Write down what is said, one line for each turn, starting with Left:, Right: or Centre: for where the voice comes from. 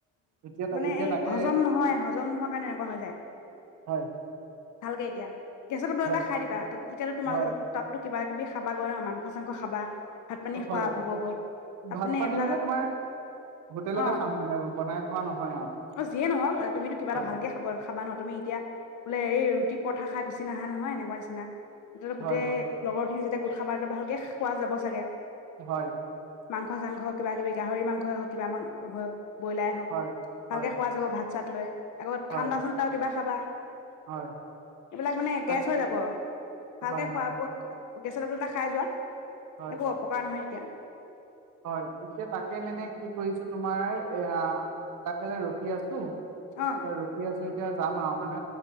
Right: এতিয়া
Left: মানে
Right: এতিয়া
Left: এই
Right: তাকে
Left: হজম নহয়, হজম নোহোৱা কাৰণে এনেকুৱা হৈ যায়।
Right: হয়
Left: ভালকে দিয়া গেছৰ টেবলেট
Right: হয়
Left: এটা খাই দিবা। তাত এতিয়াতো তোমালোকৰ
Right: হয়
Left: তাত কিবা কিবি খাবাগৈ ন, মাংস চাংস খাবা। ভাত পানী খোৱা
Right: হয়
Left: হ'ব গৈ। তাত
Right: ভাত
Left: মানে
Right: পানী
Left: এইবিলাক।
Right: তোমাৰ হোটেলতে
Left: অ
Right: খাম মানে বনাই খোৱা নহয় আৰু
Left: অ যিয়ে নহওঁক, তুমিতো কিবা
Right: হয়
Left: এটা ভালকে খাব খাবা ন? তুমি এতিয়া বোলে এই ৰুটী পৰথা খাই গুচি নাহা নহয়, এনেকুৱা নিচিনা। ধৰি লোৱা গোটেই
Right: হয় হয়
Left: লগৰ খিনি যেতিয়া গোট খাবাটো, ভালকে খোৱা যাব চাগে
Right: হয়
Left: মাংস চাংস কিবা কিবি গাহৰি মাংসই হওঁক কিবা মাংসই হওঁক ব্ৰইলাৰে হওক,
Right: হয় হয়
Left: ভালকে খোৱা যাব ভাত চাট লৈ আকৌ
Right: হয়
Left: ঠাণ্ডা চাণ্ডা কিবা খাবা
Right: হয়
Left: এইবিলাক মানে
Right: তাকে
Left: গেছ হৈ যাব ভালকে
Right: হয়
Left: খোৱা
Right: হয়
Left: বোৱাত গেচৰ টেবলেট এটা খাই যোৱা
Right: হয়
Left: একো অপকাৰ নহয় তেতিয়া
Right: হয় এতিয়া তাকে মানে কি কৰিছো তোমাৰ এয়া ওলাই পেলাই ৰখি আছো
Left: অ
Right: তে ৰখি আছো এতিয়া যাম আৰু মানে